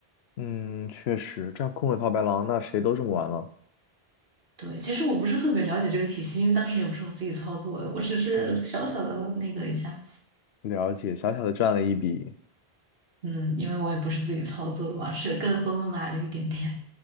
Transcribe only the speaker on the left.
嗯，确实，这样空手套白狼，那谁都这么玩了。
哦，了解，小小的赚了一笔。